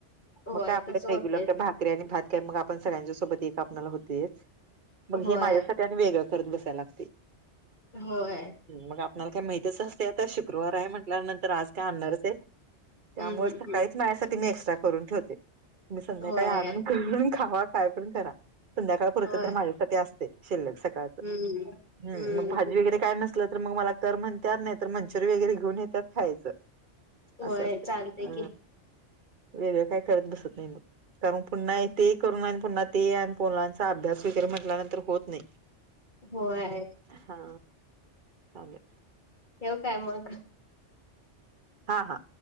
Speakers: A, on the left; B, on the right.
A: होय
B: मग का आपल्या
A: तसं होतेच.
B: रेग्युलर काय भाकरी आणि भात का मग आपण सगळ्यांच्या सोबत एक आपला होतेच मग
A: होय
B: हे माझ्यासाठी आणि वेगळं करत बसायला लागते
A: होय
B: मग आपल्याला काही माहतीच असते आता शुक्रवार आहे म्हटल्यानंतर आज का आणणारच आहे त्यामुळे
A: हम्म हम्म
B: सकाळीच
A: हम्म
B: माझ्यासाठी मी एक्स्ट्रा करून ठेवते तुम्ही संध्याकाळी
A: होय
B: आणून करून खावा काय करण करा संध्याकाळ परत
A: होय
B: तर माझ्या असते शिल्लक सकाळ
A: हम्म
B: हम्
A: हम्म
B: मग भाजी वगैरे काय नसल तर मग मला तर म्हणतत नाही तर मंचुरी वगरेऊन येतात खायचं
A: होय
B: असं असते
A: चालतंय
B: अ
A: की
B: वेगळं काय करत बसत नाही मग कारण पुन्हा ते करून पुन्हा ते आणि पलांचा अभ्यास वगैरे म्हटल्यानंतर होत नाही
A: होय
B: हा चालेल
A: ठेव काय मग
B: हा हा